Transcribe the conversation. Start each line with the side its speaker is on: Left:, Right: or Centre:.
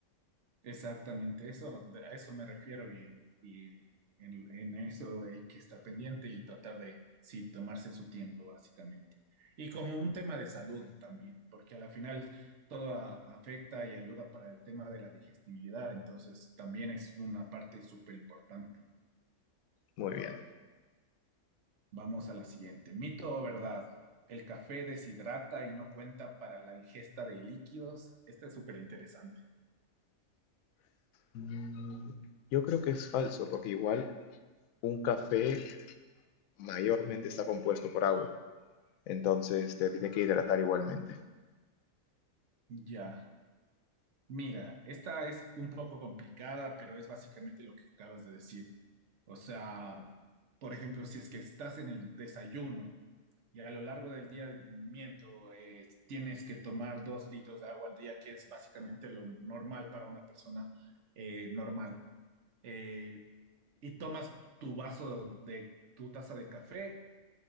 Right: Exactamente, eso, a eso me refiero y, y en, en eso hay que estar pendiente y tratar de, sí, tomarse su tiempo, básicamente. Y como un tema de salud también, porque a la final todo a- afecta y ayuda para el tema de la digestibilidad, entonces también es una parte súper importante.
Left: Muy bien.
Right: Vamos a la siguiente. ¿Mito o verdad? ¿El café deshidrata y no cuenta para la ingesta de líquidos? Este es súper interesante.
Left: Mm, yo creo que es falso, porque igual un café mayormente está compuesto por agua. Entonces te tiene que hidratar igualmente.
Right: Ya. Mira, esta es un poco complicada, pero es básicamente lo que acabas de decir. O sea, por ejemplo, si es que estás en el desayuno y a lo largo del día, miento, eh, tienes que tomar dos litros de agua al día, que es básicamente lo normal para una persona eh, normal. Eh, y tomas tu vaso de tu taza de café,